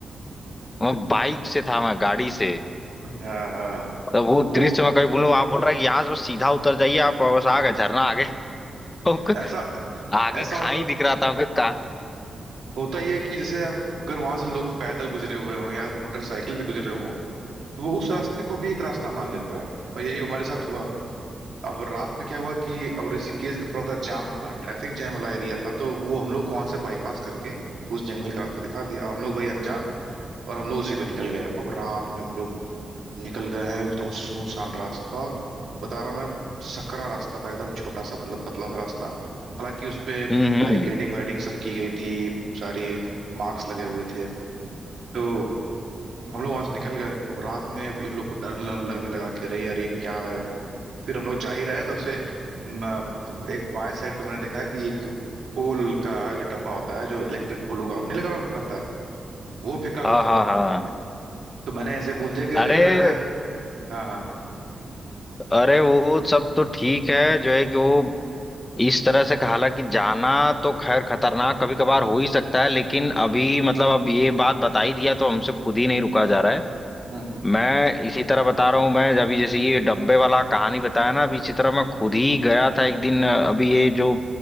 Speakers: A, on the left; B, on the right.
A: मैं बाइक से था मैं गाड़ी से
B: <laughs> हाँ हाँ
A: तो वो दृश्य
B: वो
A: मैं कभी बोलूँ आप बोल रहा है कि यहाँ से बस सीधा उतर जाइए आप बस आ गए झरना आगे <laughs> हमको
B: ऐसा
A: आगे
B: ऐसा
A: खाई
B: हो,
A: दिख रहा था हमको का
B: होता ही है कि जैसे आप अगर वहां से लोग पैदल गुजरे हुए हों या मोटरसाइकिल से गुजरे हों तो वो उस रास्ते को भी एक रास्ता मान लेता है और यही हमारे साथ हुआ अब रात में क्या हुआ कि अब ऋषिकेश का थोड़ा सा जाम ट्रैफिक जैम वाला एरिया था तो वो हम लोग को वहां से बाईपास करके उस जंगल का रास्ता दिखा दिया हम लोग भाई अनजान और हम लोग उसी पे निकल गए अब रात में हम लोग निकल गए हैं एकदम सुनसान रास्ता बता रहा हूँ मैं सकरा रास्ता था एकदम छोटा सा मतलब पतला सा रास्ता हालांकि उस पे
A: हम्म
B: बैरिकेडिंग
A: हम्म
B: वेडिंग सब की गई थी सारी मार्क्स लगे हुए थे तो हम लोग वहां से निकल गए अब रात में अब इन लोग को डर ल- लगने लगा कि अरे यार ये क्या है फिर हम लोग जा ही रहे हैं तब से म, एक बाएं साइड पे मैंने देखा कि एक पोल का जो डब्बा होता है जो इलेक्ट्रिक पोलों का नहीं लगा रहता है वो फेंका हुआ
A: हाँ
B: था
A: हाँ हाँ
B: तो मैंने ऐसे बोल दिया अच्छा कि
A: अरे
B: अरे लग रहा है हाँ हाँ
A: अरे वो सब तो ठीक है जो है कि वो इस तरह से हालांकि जाना तो खैर खतरनाक कभी कभार हो ही सकता है लेकिन अभी मतलब अब ये बात बता ही दिया तो हमसे खुद ही नहीं रुका जा रहा है
B: हम्म
A: मैं इसी तरह बता रहा हूँ मैं अभी जैसे ये डब्बे वाला कहानी बताया ना अभी इसी तरह मैं खुद ही गया था एक दिन अभी ये जो